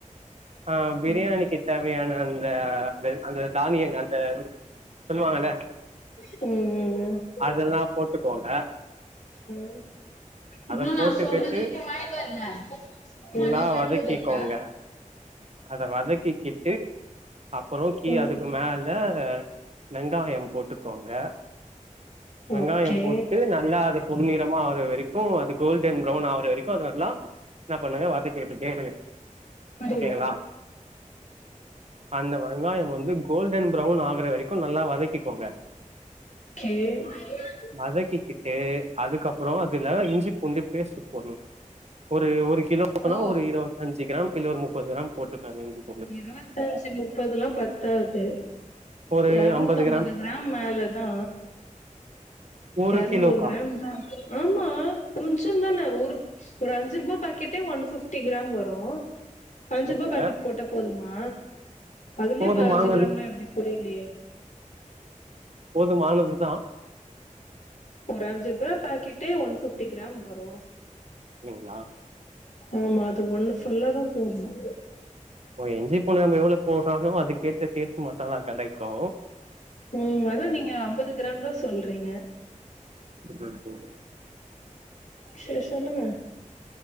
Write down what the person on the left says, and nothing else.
ம்
ம் ம் ம்
ம் ம்
ம்
ஓகே
புரில
<unintelligible>
ஓ
இருவத்தஞ்சு முப்பதுல்லா பத்தாது
எரநூத்தம்பது
கிராம் மேலதா
எரநூறு
கிராம் தா ஆமா கொஞ்சோ தான ஒரு ஒரு அஞ்சு ரூபா பாக்கெட்டே ஒன்ஃபிப்டி கிராம் வரு அஞ்சு
ரூபா பாக்கெட் போட்ட போதுமா அதுலயே
பதினஞ்சி கிராம்னா எப்டி புரியலையே
ஒரு அஞ்சு ரூபா பாக்கெடே ஒன் ஃபிப்டி கிராம் வரு
ஆமா அது ஒண்ணு ஃபுல்ல தா போட்ணோ
ம் அதா நீங்க அம்பது கிராம் தா சொல்றீங்க
சேரி சொல்லுங்க